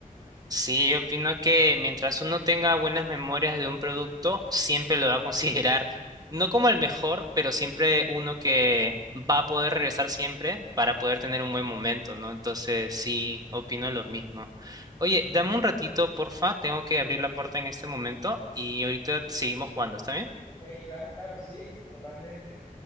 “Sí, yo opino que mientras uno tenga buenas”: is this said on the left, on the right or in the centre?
Right